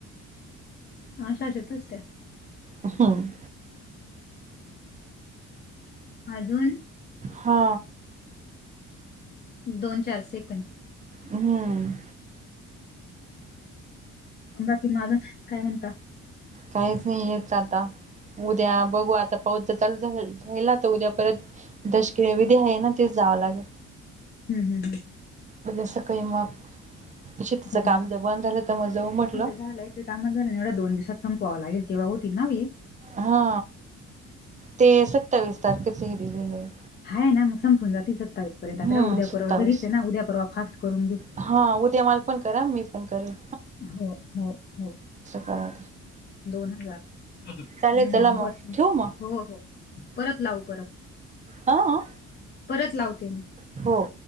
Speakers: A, on the left (about 35°); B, on the right (about 25°).
A: अश्या असतातच त्या.
B: हो <inaudible>
A: अजून
B: हा
A: दोन चार सेकंद.
B: हम्म
A: बाकी <unintelligible> काय म्हणता?
B: काहीच नाही येत आता. उद्या बघू आता पाऊस जर चालू झाला ना राहिला तर उद्या परत- दशक्रिया विधी आहे ना ते जावं लागल.
A: हम्म हम्म
B: उद्या सकाळी मग शेतीच
A: हम्म हम्म.
B: काम जर बंद झालं तर मग जाऊ म्हंटल.
A: नाही तर झालंय ते कामच झालं दोन दिवसात संपवाव लागेल तेव्हा होती ना ती.
B: हा ते सत्तावीस तारखेच हे दिलेलं आहे.
A: हाय ना मग संपून जातील सत्तावीस पर्यंत आता
B: हम्म
A: का उद्या
B: सत्तावीस
A: परवा घरीच आहे ना. उद्या परवा फास्ट करून घेऊ.
B: हा उद्या मला पण करा मी पण करेन.
A: हो हो हो
B: करा
A: दोन हजार.
B: चालेल
A: हम्म,
B: चला मग
A: बस
B: ठेऊ मग.
A: हो हो परत लावू परत.
B: हा अं
A: परत लावते म.
B: हो